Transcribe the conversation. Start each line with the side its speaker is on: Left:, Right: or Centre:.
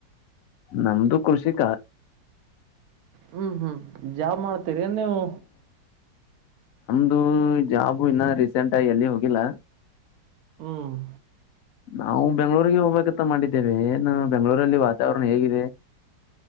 Left: ನಮ್ದು ಕೃಷಿಕ
Right: ಹ್ಮ್ ಹ್ಮ್ ಜಾ ಮಾಡ್ತೀರಿ ಏನ್ ನೀವು
Left: ದು ಜಾಬು ಇನ್ನ ರೀಸೆಂಟ್ ಆಗಿ ಎಲ್ಲಿ ಹೋಗಿಲ್ಲ
Right: ಹ್ಮ್
Left: ನಾವು ಬೆಂಗಗಳೂರಿಗೆ ಹೋಗ್ಬೇಕಂತ ಮಾಡಿದ್ದೇವೆ ಏನ್ ಬೆಂಗಳೂರಲ್ಲಿ ವಾತಾವರಣ ಹೇಗಿದೆ